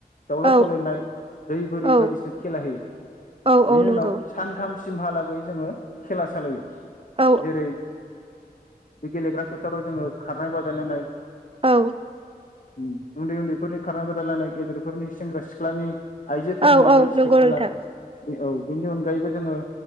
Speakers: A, on the left (about 55°); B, on the right (about 35°).
A: दाउला
B: औ
A: सोवलायनाय दै बोरि
B: औ
A: बायदिसिना खेला होयो।
B: औ
A: बेनि
B: औ नंगौ
A: उनाव सानथामसो जहालागै जोङो खेला सालायो
B: औ
A: जेरै बे गेलेग्रा फोथाराव जोङो खारनाय बादायलायनाय
B: औ
A: उम उन्दै उन्दैफोरनि खारनाय बादायलायनाय गेदेरफोरनि सेंग्रा-सिख्लानि आइजोफोरनि
B: औ औ
A: बायदिसिना
B: नंगौ
A: खेला
B: नोंथां
A: औ बेनि अनगायैबो जोङो